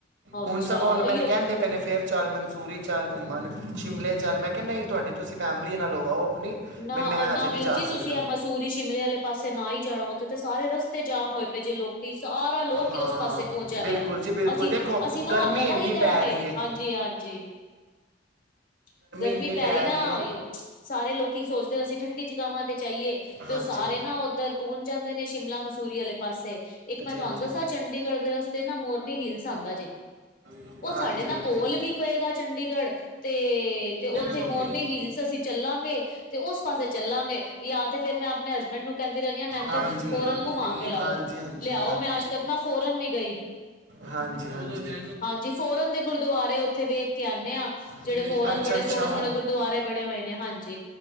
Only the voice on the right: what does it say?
ਹੁਣ ਸਗੋਂਨ
ਮੈਨ ਕਹਿਣਦੇ ਆਪੇ ਨੇ ਫੇਿਰ ਚੱਲ ਮਨਸੂਰੀ ਚੱਲ ਘੁੰਮਣ ਸ਼ਿਮਲੇ ਚੱਲ ਮੈਂ ਕਿਹਾ ਨਹੀਂ ਤੁਹਾਡੀ ਤੁਸੀਂ ਫੈਮਿਲੀ ਨਾਲੋਂ ਆਓ ਨਹੀਂ
ਬਈ ਮੈਂ
ਹਜੇ
ਜਾ
ਸਕਦਾ
ਹਾਂ
ਬਿਲਕੁਲ
ਜੀ ਬਿਲਕੁਲ
ਦੇਖੋ
ਗਰਮੀ
ਇੰਨੀ
ਪੈ ਰਹੀ ਹੈ
ਇੰਨੀ
ਪੈ
ਰਹੀ ਹੈ
ਹਾਂਜੀ
ਹਾਂਜੀ ਹਾਂਜੀ
ਹਾਂਜੀ
ਹਾਂਜੀ
ਹਾਂਜੀ
ਹਾਂਜੀ
ਹਾਂਜੀ
ਹਾਂਜੀ
ਹਾਂ
<unintelligible>
ਹਾਂਜੀ- ਹਾਂਜੀ
ਹੋਰ
ਅੱਛਾ
-ਅੱਛਾ।